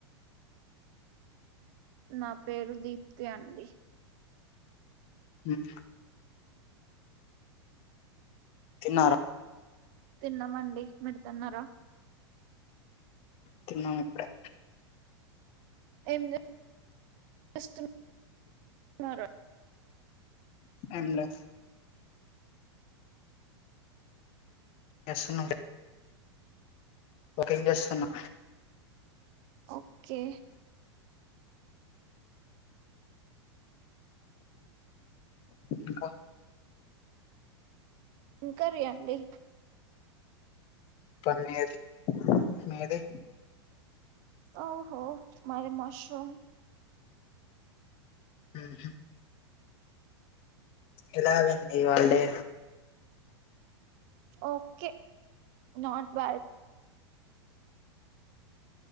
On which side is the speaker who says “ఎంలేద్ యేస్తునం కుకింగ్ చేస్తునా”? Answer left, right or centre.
Left